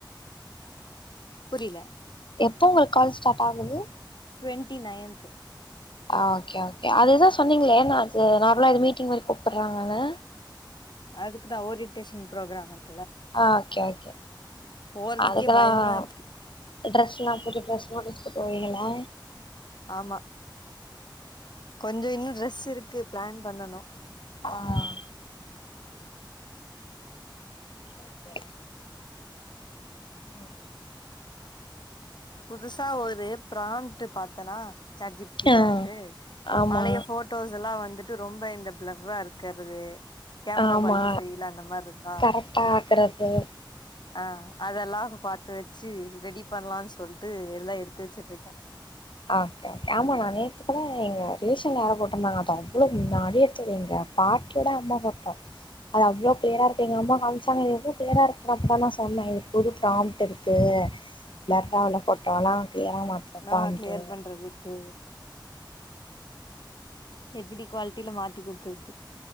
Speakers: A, on the left (about 65°); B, on the left (about 80°).
A: புரியல
B: எப்போ உங்களுக்கு கால் ஸ்டார்ட் ஆகுது
A: டுவெண்ட்டி நையன்த்
B: ஓகேஓகே அதுதான் சொன்னீங்களேன் நான் அது நார்மலா இது மீட்டிங் மாரி கூப்பிடுறாங்கன்னு
A: அதுக்கு தான் ஓரியன்டேஷன் ப்ரோக்ராம் இருக்கு
B: ஆஹ் ஓகே ஓகே
A: போறதுக்கே
B: அதுக்கெல்லாம்
A: பயமா இருக்கு
B: டிஸ்ல்லாம் புது டிரெஸ்பேட்டு புரியலா
A: ஆமா கொஞ்சம் இன்னும் ட்ரெஸ் இருக்கு பிளான் பண்ணனும்
B: ஆஹ் ஓகே ஓகே உம்
A: புதுசா ஒரு பிராந் ட்டு பாத் பார்த்தனா சேர்ஜிபிடி பிராபிட்டு
B: ஆ ஆமா
A: பழைய போட்டோஸ் எல்லாம் வந்துட்டு ரொம்ப இந்த பிளர்ரா இருக்கு வே கேமரா
B: ஆமா
A: குவாலிட்டி சரியில்ல அந்த மாரி இருக்கா
B: கரெக்டா ஆக்குறது
A: ஆ அதெல்லாம் பாத்து வச்சு ரெடி பண்ணலானு சொல் லிட்டு எல்லாம் எடுத்து வச்சுட்டு இருக்கேன்
B: ஆ ஓகே ஆமா மாமி இப்ப தான் எங்க ரிலேஷன்ல யாரோ போட்டு இருந்தாங்க அது அவ்ளோ முன்னாடி எடுத்தது எங்க பாட்டியோட அம்மா போட்டோ அது அவ்ளோ கிளியரா இருக்கு எங்க அம்மா காமிச்சாங்க அது எவ்ளோ கிளியரா இருக்கு அப்ப தான் நான் சொன்னேன் இது ப்ராம்ப்ட் இருக்கு பிளர்ரா உள்ள போட்டோ எல்லாம் ஏமாத்திடங்களானு
A: நா கிளியர் பண்றதுக்கு ஹெச்டி குவாலிட்டில மாத்தி குடுத்தது